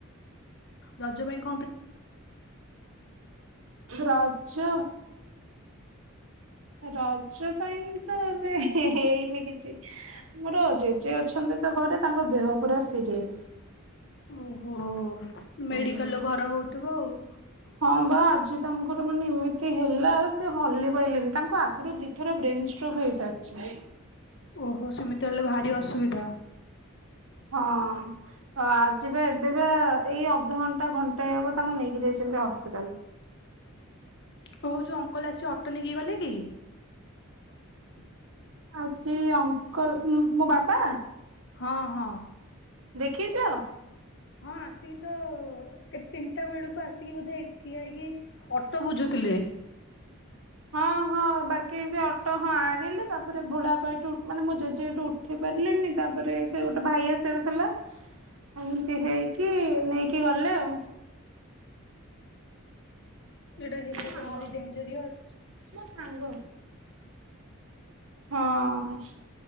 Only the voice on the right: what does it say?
ରଜ ରଜ ପାଇଁ ତ ଏବେ ହେ ହେଇନି କିଛି। ମୋର ଜେଜେ ଅଛନ୍ତି ତ ଘରେ ତାଙ୍କ ଦେହ ପୁରା ସିରିଏସ।
ହୁଁ।
ହଁ ବା ଆଜି ତାଙ୍କର ମାନେ ଏମିତି ହେଲା ସେ ହଲି ପାଇଲେନି। ତାଙ୍କୁ ଆଗରୁ ଦିଥର ବ୍ରେନ ଷ୍ଟ୍ରକ୍ ହେଇସାରିଚି।
ହଁ। ଆଜି ବା ଏବେ ବା ଏଇ ଅଧଘଣ୍ଟା ଘ ଣ୍ଟେ ହବ ତାଙ୍କୁ ନେଇକି ଯାଇଛନ୍ତି ହସ୍ପିଟାଲ।
ଆଜି ଅଙ୍କଲ ମୋ ବାବା
ଦେଖିଚ?
ହଁ ହଁ ବାକି ସେ ଅଟୋ ହଁ ଆଣିଲେ ତାପରେ ବୁଢାପା ମାନେ ଜେଜେ ଏଠୁ ଉଠି ପାରିଲେନି ତାପରେ ସେ ଗୋଟେ ଭାଇ ଆସିଆର ଥିଲା ଏମିତି ହେଇକି ନେଇକି ଗଲେ ଆଉ।
ମୋ ସାଙ୍ଗ
ମୋ ସାଙ୍ଗ। ହଁ।